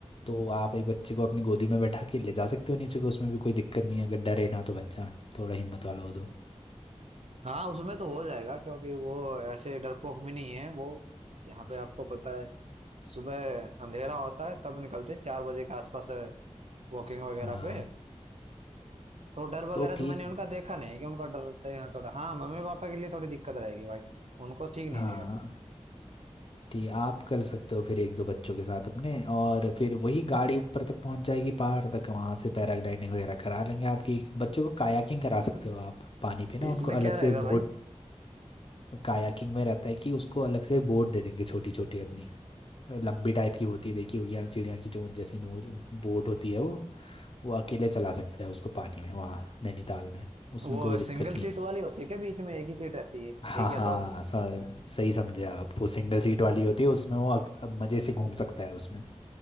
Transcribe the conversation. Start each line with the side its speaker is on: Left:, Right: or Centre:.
Left: तो आप एक बच्चे को अपनी गोदी में बैठा के ले जा सकते हो नीचे को उसमें भी कोई दिक्कत नहीं है अगर डरे ना तो बच्चा थोड़ा हिम्मत वाला हो तो
Right: हाँ उसमें तो हो जाएगा क्योंकि वो ऐसे डरपोक भी नहीं है वो यहाँ पे आपको पता है सुबह अंधेरा होता है तब निकलते हैं, चार बजे के आसपास वॉकिंग वगैरह
Left: हाँ
Right: पे तो डर वगैरह
Left: तो
Right: तो
Left: ठीक
Right: मैंने उनका
Left: है
Right: देखा नहीं है कि उनका डरते हैं थोड़ा हाँ मम्मी पापा के लिए थोड़ी दिक्कत रहेगी भाई उनको ठीक नहीं
Left: हाँ
Right: रहेगा
Left: कि आप कर सकते हो फिर एक दो बच्चों के साथ अपने और फिर वही गाड़ी ऊपर तक पहुंच जाएगी पहाड़ तक वहां से पैराग्लाइडिंग वगैरह करा लेंगे आपकी बच्चों को कायाकिंग करा सकते हो आप पानी पे ना
Right: इसमें
Left: उनको
Right: क्या
Left: अलग
Right: रहेगा
Left: से एक
Right: भाई
Left: बोट कायाकिंग में रहता है कि उसको अलग से एक बोट दे देंगे छोटी छोटी अपनी लंबी टाइप की होती है देखी होगी यार चिड़िया की चोंच जैसी नोच बोट होती है वो वो अकेले चला सकता है उसको पानी में वहाँ नैनीताल में उसमें
Right: वो
Left: कोई
Right: सिंगल
Left: दिक्कत नहीं
Right: सीट
Left: है
Right: वाली होती है क्या बीच में एक ही सीट रहती है
Left: हाँ
Right: एक या
Left: हाँ
Right: दो
Left: सा- सही समझे आप वो सिंगल सीट वाली होती है उसमें वो अक- मजे से घूम सकता है उसमें